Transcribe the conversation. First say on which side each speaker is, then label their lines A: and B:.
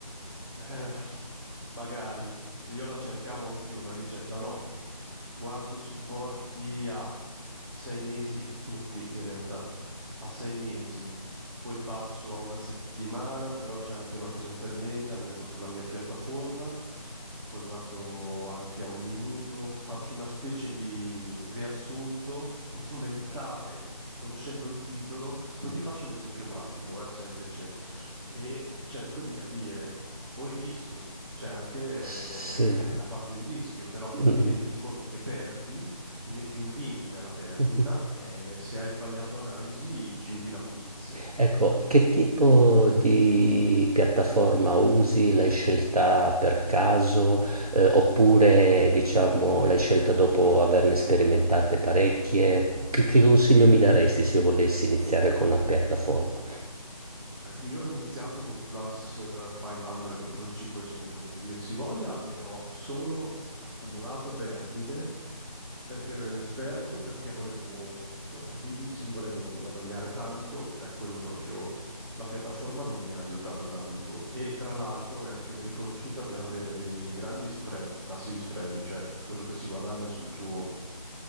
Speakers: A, on the right; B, on the right.
A: Eh, magari io la cercavo anch'io, una ricetta no. Guardo supporti a sei mesi, tutti in realtà, a sei mesi, poi passo a una settimana, però c'è anche una cosa intermedia, almeno sulla mia piattaforma, poi guardo anche a un minuto, faccio una specie di riassunto <laughs> mentale, conoscendo il titolo, poi ti faccio un esempio pratico, eh, se hai piacere, e cerco di capire. Poi rischio, c'è anche
B: Sì.
A: eh, la parte di rischio, però tu
B: Mm,
A: ti metti in conto che perdi, ti metti un limite alla perdita
B: mm. <laughs>
A: e se hai sbagliato analisi chiudi la posizione.
B: Ecco, che tipo di piattaforma usi? L'hai scelta per caso, eh, oppure diciamo l'hai scelta dopo averne sperimentate parecchie? Che, che consiglio mi daresti se io volessi iniziare con una piattaforma?
A: Allora, io ho iniziato con Plus eh, 500 o Plus 500, che dir si voglia, e ho solo accumulato perdite perché ero inesperto, perché volevo <laughs> vincere, volevo guadagnare tanto ed è quello proprio la piattaforma non mi ha aiutato tanto. E tra l'altro è anche riconosciuta per avere dei grandi spread, tassi di spread, cioè quello che si guadagna sul tuo,